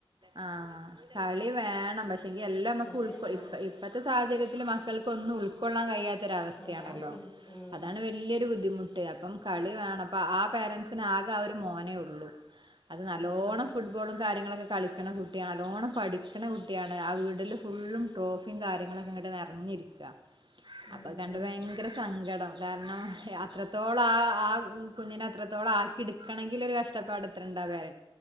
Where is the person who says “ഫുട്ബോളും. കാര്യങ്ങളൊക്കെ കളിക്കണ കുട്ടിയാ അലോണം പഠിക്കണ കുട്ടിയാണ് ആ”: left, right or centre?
Right